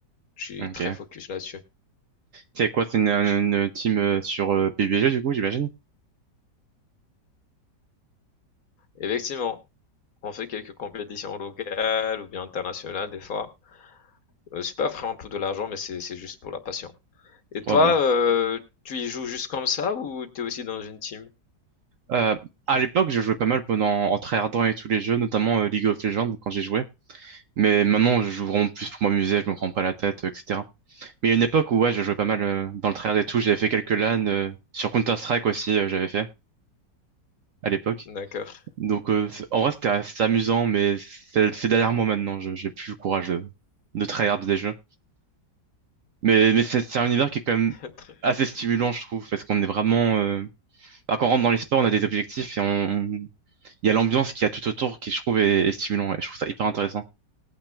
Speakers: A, on the left (about 55°); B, on the right (about 60°).
A: je suis
B: Ok.
A: très focus là-dessus.
B: C'est quoi, c'est une, une team euh, sur euh, PUBG, du coup, j'imagine?
A: Effectivement, on fait quelques compétitions locales ou bien internationales des fois. Euh, c'est pas vraiment pour de l'argent, mais c'est c'est juste pour la passion. Et toi,
B: Ouais, bah.
A: euh, tu y joues juste comme ça ou t'es aussi dans une team?
B: Euh, à l'époque, je jouais pas mal pendant, en tryhardant et tous les jeux, notamment euh, League of Legends, quand j'y jouais. Mais maintenant, je joue vraiment plus pour m'amuser, je me prends pas la tête, euh, etc. Mais il y a une époque où, ouais, je jouais pas mal euh, dans le tryhard et tout, j'avais fait quelques LAN, euh, sur Counter-Strike aussi, euh, j'avais fait, à l'époque.
A: D'accord.
B: Donc, euh, c'est- en vrai, c'était c'était amusant, mais c'est c'est derrière moi maintenant. Je j'ai plus le courage de, de tryhard des jeux. Mais, mais c'est c'est un univers qui est quand même
A: <laughs> Très-
B: assez stimulant, je trouve, parce qu'on est vraiment. euh, bah, quand on rentre dans les sports, on a des objectifs et on, on- il y a l'ambiance qu'il y a tout autour qui, je trouve, est, est stimulant et je trouve ça hyper intéressant.